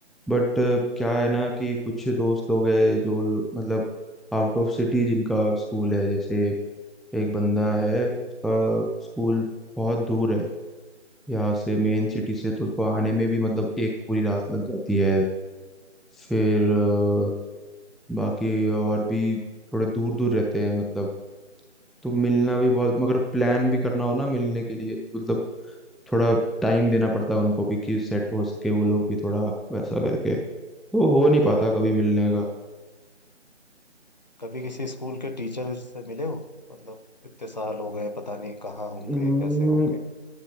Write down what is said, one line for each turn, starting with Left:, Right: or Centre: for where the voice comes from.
Centre: बट क्या है ना कि कुछ दोस्त लोग हैं जो लो- मतलब आउट ऑफ सिटी जिनका स्कूल है जैसे एक बंदा है उसका स्कूल बहुत दूर है यहाँ से मेन
Left: हाँ
Centre: सिटी
Left: हाँ,
Centre: से तो उसको आने में भी मतलब एक पूरी रात लग जाती है फिर अ,
Left: sure.
Centre: बाकी और भी थोड़े दूर दूर रहते हैं मतलब तो मिलना भी बहुत मगर प्लान भी करना हो ना मिलने के लिए तो मतलब थोड़ा टाइम देना पड़ता है उनको भी कि सेट हो सके वो लोग भी थोड़ा वैसा करके तो हो
Left: वो
Centre: नहीं
Left: तो
Centre: पाता
Left: है
Centre: कभी मिलने का
Left: कभी किसी स्कूल के टीचर से मिले हो मतलब इतने साल हो गए पता नहीं कहाँ होंगे
Centre: हम्म,
Left: कैसे होंगे